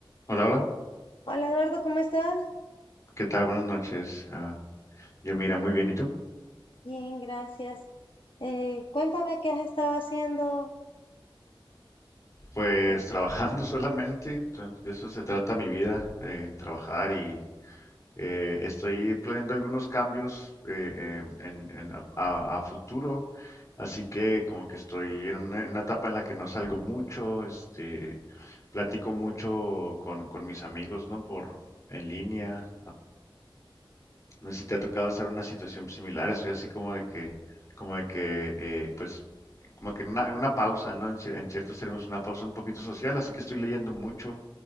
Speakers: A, on the left; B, on the left.
A: Hola, hola.
B: Hola Eduardo, ¿cómo estás?
A: ¿Qué tal? Buenas noches. Ah, yo mira, muy bien. ¿Y tú?
B: Bien, gracias. Eh, cuéntame qué has estado haciendo.
A: Pues
B: Eh,
A: trabajando <laughs> solamente. to- De eso se trata mi vida, eh, trabajar y eh, estoy planeando algunos cambios eh, eh, en, en- a, a- a futuro. Así que como que estoy en una, en una etapa en la que no salgo mucho, este, platico mucho con, con mis amigos, ¿no? Por en línea. No sé si te ha tocado estar en una situación similar, estoy así como de que, como de que, eh, pues, como que en una, en una pausa, ¿no? En, cier- en ciertos términos, una pausa un poquito social, así que estoy leyendo mucho.